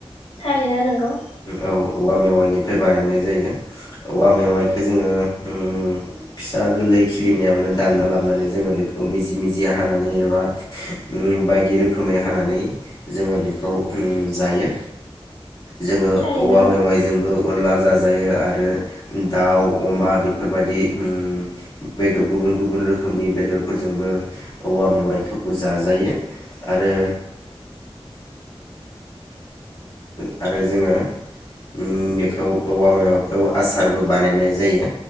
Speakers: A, on the left; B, on the left.
A: थारैनो नंगौ
B: औ औवा मेवाइनिफ्राय बानायनाय जायो औवा मेवाइखौ जोङो उम फिसा गोरलै खिलिनायावनो दानना लाबोनानै जोङो बेखौ मिजि मिजिया हानानै एबा ओम बायदि रोखोमै हानानै जोङो बेखौ ओम जायो। जोङो
A: थारैनो
B: औवा
A: नंगौ
B: मेवाइजोंबो अनला जाज जायो आरो दाउ अमा बेफोरबायदि ओम बेदर गुबुन गुबुन रोखोमनि बेदरफोरजोंबो औवा मेवाइखौ जाजायो आरो आरो आरो जोङो ओम बेखौ औवा मेवाइखौ आसारबो बानायनाय जायो।